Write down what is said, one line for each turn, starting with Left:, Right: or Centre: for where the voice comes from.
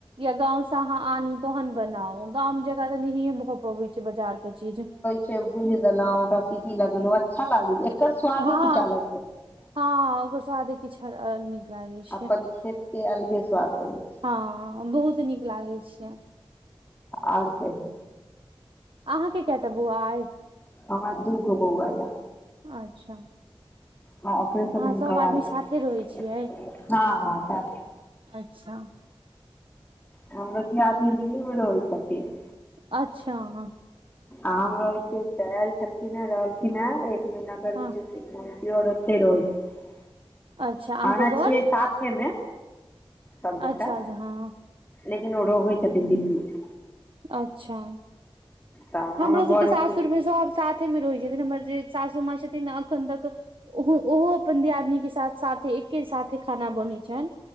Right: या गाँंव से अहाँ आनू तहन बनाऊ। गाम जेंका त नहींये भऽ पबै छै बजार के चीज।
Left: से भुजि देलहुं ओकरा सीटी लगेलौं अच्छा लागै एकर स्वादे
Right: हँ
Left: कीछ अलग छै
Right: हँ ओकर स्वादे किछ अल नीक लागै छै
Left: अपन खेत के अलगे स्वाद रहै छै।
Right: हां। बहुत नीक लागै छै।
Left: आर कहियौ।
Right: अहाँके कैटा बउआ अइ?
Left: हमरा दुगो बौआ यै।
Right: अच्छा
Left: हं ऑपरेशन
Right: अहाँ
Left: हम
Right: सभ
Left: करा
Right: आदमी
Left: लेने छी,
Right: साथे रहै छियै
Left: हँ हँ साथे।
Right: अच्छा।
Left: हमरो दियादनी दिल्ली मे रहै छथिन।
Right: अच्छा हं।
Left: आम रहे छिय त ऐल छलखिन ह रहलखिन हे एक महीना करीब
Right: हँ
Left: गरमी छुट्टी दियोर ओतेए रहै छथिन,
Right: अच्छा अहाँके
Left: ओना
Right: बड़
Left: छियै साथे मे? सब गोटा
Right: अच्छा अच्छा हँ
Left: लेकिन ओ रहै छथिन दिल्ली मे।
Right: अच्छा।
Left: तऽ
Right: हमरो
Left: हमर
Right: सबके
Left: बर
Right: सासुर
Left: एते
Right: मे सभ साथे मे रहै छथिन हमर जे सासू माँ छथिन ने अखन तक ओ ओहो अपन दियदिननी के साथ साथे एके साथे खाना बनैत छैन